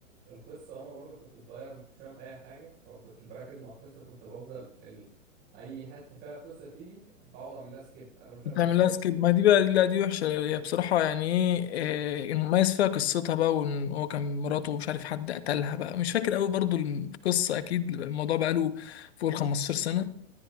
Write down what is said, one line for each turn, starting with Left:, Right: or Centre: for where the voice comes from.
Right: القصه انا برضو كنت صغير ما كنتش فاهم اي حاجه فما كنتش بركز مع القصه كنت بفضل ال... اي حته فيها قصه تيجي بقعد اعمل لها سكيب انا مش فاهم
Left: بتعملها
Right: اي حاجه
Left: سكيب ما دي بقى لا دي وحشة هي بصراحة يعني ايه آه، المميز فيها قصتها بقى وان هو كان مراته مش عارف حد قتلها بقى مش فاكر قوي برضو القصة اكيد الموضوع بقى له فوق ال 15 سنة